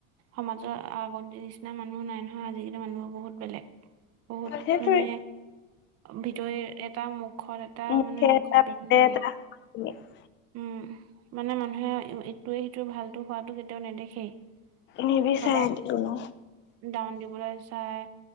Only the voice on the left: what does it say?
সেইটোৱে
মুখে
এটা
পেটে
<unintelligible>
নিবিচাৰে
কোনো